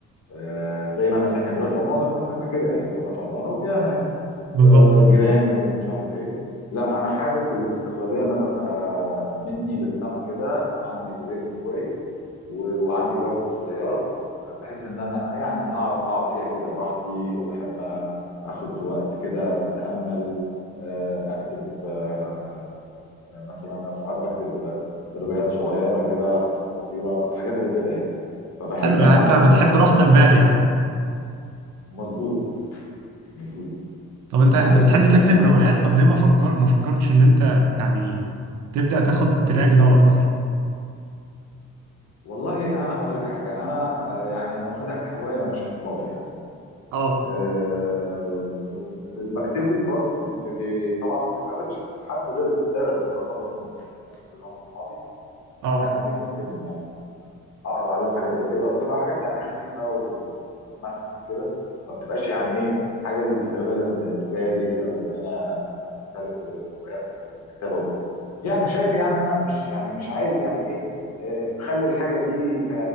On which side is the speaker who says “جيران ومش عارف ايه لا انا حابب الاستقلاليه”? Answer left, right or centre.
Left